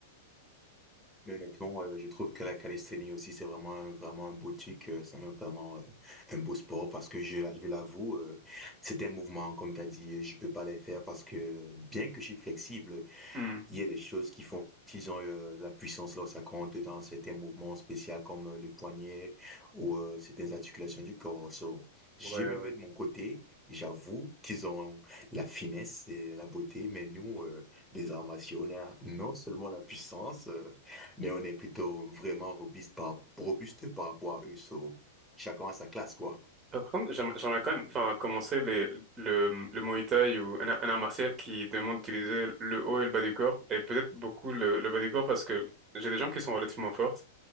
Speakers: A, in the centre; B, on the right.
A: Mais honnêtement, euh, je trouve que la calisthénie aussi, c'est vraiment, un- vraiment un beau truc, euh, c'est un- vraiment euh, un beau sport parce que je, je l'avoue, euh, c'est un mouvement, comme tu as dit, je peux pas les faire parce que bien que je suis flexible,
B: Hmm.
A: il y a des choses qui font qu'ils ont euh, de la puissance lorsque ça compte dans certains mouvements spéciaux comme euh, le poignet ou euh, certaines articulations du corps. So, je
B: Ouais,
A: me
B: ouais.
A: mets de mon côté, j'avoue qu'ils ont la finesse et la beauté, mais nous, euh, les arts martiaux, on a non seulement la puissance, euh, mais on est plutôt vraiment robuste par, robuste par rapport à eux. So, chacun à sa classe, quoi.
B: Par contre, j'aimerais j'aimerais quand même enfin, commencer les, le, le Muay Thai ou un, un art martial qui demande d'utiliser le haut et le bas du corps, et peut-être beaucoup le, le bas du corps parce que j'ai des jambes qui sont relativement fortes,